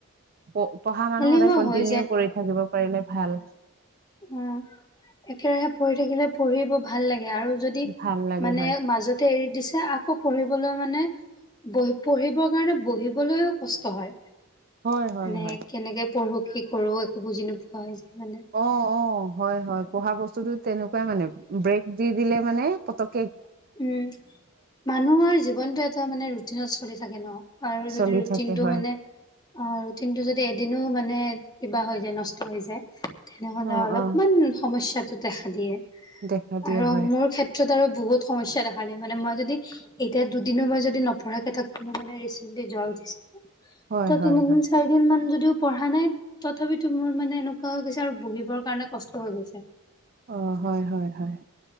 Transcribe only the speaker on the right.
অ পঢ়া মানুহ
সদায় কন্টিনিউ
কৰি থাকিব পাৰিলে ভাল
ভাল লাগে
হয়
হয় হয়
হয়
অ অ হয় হয় পঢ়া বস্তুটো তেনেকুৱাই মানে ব্ৰেক দি দিলে মানে পটক
চলি
থাকে হয়
অ',
অ',
দেখা দিয়া
হয়,
হয়,
হয়,
হয়,
অ হয় হয় হয়